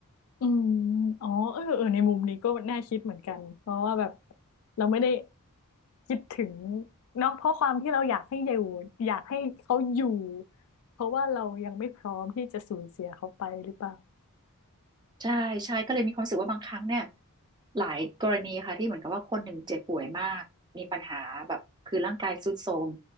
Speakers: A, on the left (about 65°); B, on the right (about 20°).
A: <laughs> อืมอ๋อเออเออในมุมนี้ก็น่าคิดเหมือนกัน เพราะว่าแบบเราไม่ได้คิดถึงเนาะเพราะความที่เราอยากให้อยู่อยากให้เขาอยู่เพราะว่าเรายังไม่พร้อมที่จะสูญเสียเขาไปหรือเปล่า
B: ใช่ใช่ก็เลยมีความรู้สึกว่าบางครั้งเนี่ยหลายกรณีค่ะที่เหมือนกับว่าคนหนึ่งเจ็บป่วยมากมีปัญหาแบบคือร่างกายทรุดโทรม